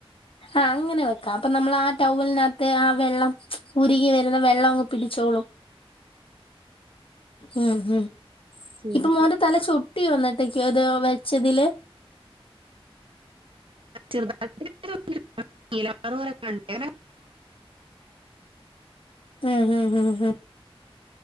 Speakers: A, on the left (about 65°); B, on the right (about 60°).
A: ആഹ് അങ്ങനെ വെക്കാം അപ്പൊ നമ്മൾ ആ ടൗവലിന. ത്തെ ആ വെള്ളം ഉരുകി വരുന്ന വെള്ളം അങ്ങ് പിടിച്ചോളും. ഉം ഉം
B: ശരി
A: ഇപ്പം മോന്റേ തല ചൊട്ടിയോ അന്നത്തേക്ക് അത് വെച്ചതില്.
B: ചേറ്തായിട്ട് ഇങ്ങനെ. <unintelligible> പോലെ കണ്ടേന
A: ഉം ഉം ഉം ഉം